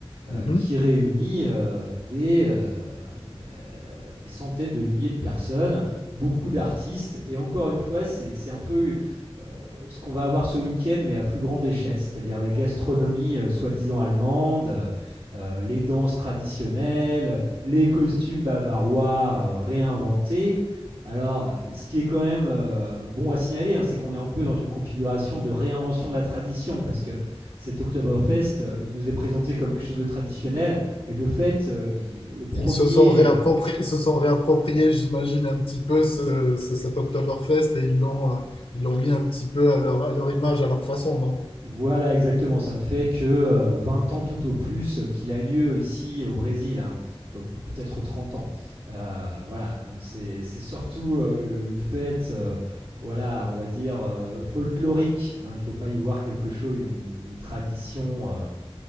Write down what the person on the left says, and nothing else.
Mm -hmm.
Ils se sont réappropriés,
ils se sont réappropriés, j'imagine, un petit peu ce, ce- cet Oktoberfest et ils l'ont euh, ils l'ont mis un petit peu à leur, à leur image, à leur façon, non?